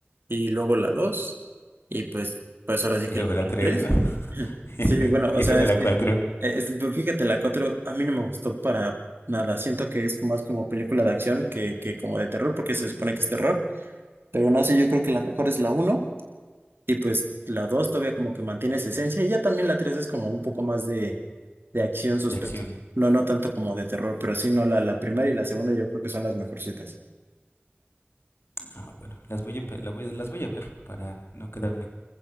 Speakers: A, on the right; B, on the left.
A: y luego la dos y pues, pues ahora sí
B: Y
A: que
B: luego
A: el
B: la tres
A: tres
B: ¿no? <laughs>
A: Sí, bueno, o
B: Y,
A: sea,
B: luego
A: es
B: la
A: que,
B: cuatro
A: eh, es- pero fíjate, la 4 a mí no me gustó para nada. Siento que es más como película de acción que, que como de terror, porque se supone que es terror. Pero no sé, yo creo que la mejor es la uno Y pues la 2 todavía como que mantiene esa esencia. Y ya también la 3 es como un poco más de, de acción suspenso.
B: De acción.
A: No, no tanto como de terror, pero sí, no, la, la primera y la segunda yo creo que son las mejorcitas.
B: Ah, bueno, las voy a, empe- la voy- las voy a ver para no quedarme